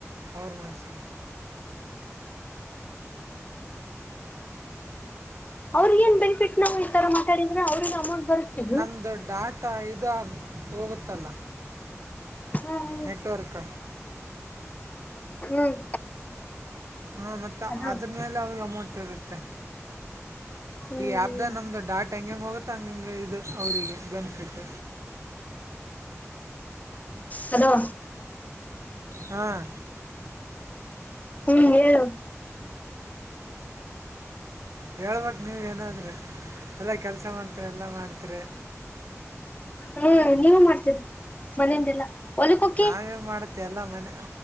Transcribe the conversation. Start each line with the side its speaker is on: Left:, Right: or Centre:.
Right: ಅವ್ರು ಮಾಡ್ಸರು
Left: <unintelligible> ಅವ್ರ ಏನ್ ಬೆನಿಫಿಟ್ ನಾವು ಈ ತರ ಮಾತಾಡಿದ್ರೆ ಅವ್ರ ಅಮೌಂಟ್ ಬರುತ್ತಿದ್ದು
Right: ನಮ್ದು ಡಾಟಾ ಇದ ಹೋಗುತ್ತಲ್ಲ
Left: ಹ್ಮ್
Right: ನೆಟ್ವಾರ್ಕ
Left: ಹ್ಮ್ ಹ್ಮ್
Right: ಹಾ ಮತ್ತೆ
Left: ಅದ
Right: ಅದ್ರ ಮೇಲೆ ಅವ್ರ ಅಮೌಂಟ್ ಇರುತ್ತೆ
Left: ಹ್ಮ್
Right: ಈ ಆಪ್ ದ ನಮ್ದು ಡಾಟ್ ಹೆಂಗ ಹೆಂಗ ಹೋಗುತ್ತ ಹಂಗಂಗ ಇದು ಅವ್ರಿಗೆ ಬೆನಿಫಿಟ್
Left: ಹಲೋ
Right: ಹಾಂ
Left: ಹೂ ಹೇಳು
Right: ಹೇಳ್ಬೇಕು ನೀವೇ ಏನಾದ್ರೆ ಎಲ್ಲ ಕೆಲಸ ಮಾಡ್ತರಿ ಎಲ್ಲ ಮಾಡ್ತರಿ
Left: ಹೂ ನೀವು ಮಾಡ್ತೀರಿ ಮನೆಯಿಂದೆಲ್ಲ ಹೊಲಕ್ ಹೋಕ್ಕಿ
Right: ನಾವೇನ್ ಮಾಡತ್ತೆ ಎಲ್ಲ ಮನೆ